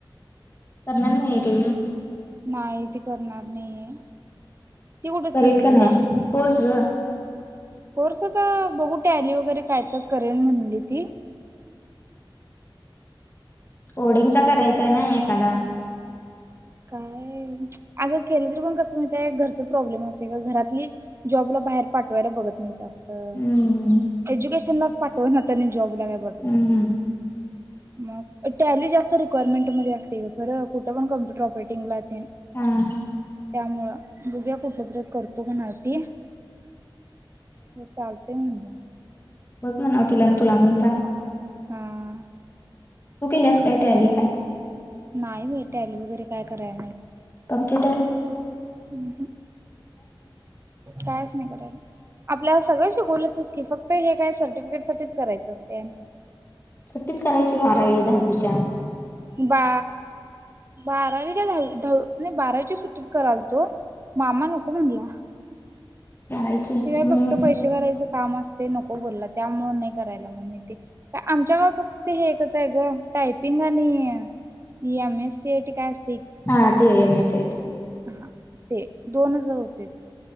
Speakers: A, on the left (about 25°); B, on the right (about 30°).
A: करणार नाहीये काय ती?
B: नाई ती करणार नाहीय ती कुठ
A: करील
B: सीईटी
A: का
B: दिल्या.
A: नाही कोर्स ग
B: कोर्स आता बघू टॅली वगैरे काय तर करेल म्हणली ती.
A: ओडिंगचा करायचा ना एखादा
B: काय अग केलं तरी पण कस माहितेय घरच प्रॉब्लेम असते ग घरातली जॉबला बाहेर पाठवायला बघत नाही जास्त. अ
A: हम्म
B: एज्युकेशन लाच पाठवनात आणि जॉब तिला काय पाठवत्यात?
A: हम्म
B: मग टँली जास्त रिक्वायरमेंट मध्ये असते का खरं कुठं पण कॉम्पुट प्रॉपरटिंग लायसन्स
A: हा हा
B: त्यामुळं बघुया कुठलं तरी एक करतो म्हणालती. म चालतंय म्हणल्या.
A: बग म्हणावं तिला न् तुला पण सांग.
B: हा
A: तू केल्यास काय टँली काय?
B: नाय बाय टँली वैगरे काय करा
A: कंप्युटर
B: हम् कायच आपल्याला सगळं शिकवल्यातचं की, फक्त हे काय सर्टिफिकेट साठीच करायचं असतंय आणि काय?
A: सुट्टीत करायची बारावी दहावीच्या
B: बा बारावी काय दहावी नाही बारावीच्या सुट्टीत करालतो मामा नको म्हणला.
A: करायची हम्म
B: ते फक्त पैसे करायचं काम असतय, नको बोलल्यात त्यामुळे नाही करायला मग मी ते आमच्या गावात फक्त ते हे एकच हाय गं टायपिंग आणि M S C I T काय अस
A: हा ते M S C I T
B: हा ते दोनच जाऊ दे